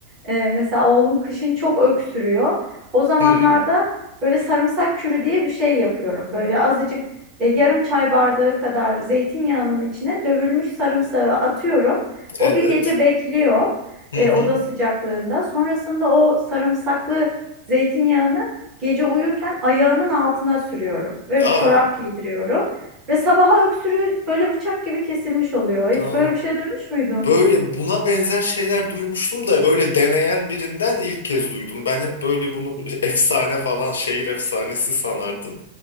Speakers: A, on the right; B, on the left.
A: E, mesela oğlum kışın çok öksürüyor. O zamanlarda
B: Hmm,
A: böyle sarımsak kürü diye bir şey yapıyorum. Böyle azıcık e, yarım çay bardağı kadar zeytinyağının içine dövülmüş sarımsağı atıyorum. O
B: evet.
A: bir gece bekliyor
B: Hı
A: e,
B: hı.
A: oda sıcaklığında. Sonrasında o sarımsaklı zeytinyağını Gece uyurken ayağının altına sürüyorum ve bir
B: Aa,
A: çorap giydiriyorum. Ve sabaha öksürüğü böyle bıçak gibi kesilmiş oluyor. Hiç
B: aa.
A: böyle bir şey duymuş muydun?
B: Böyle buna benzer şeyler duymuştum da böyle deneyen birinden ilk kez duydum. Ben hep böyle bunu bir <laughs> efsane falan şehir efsanesi sanardım.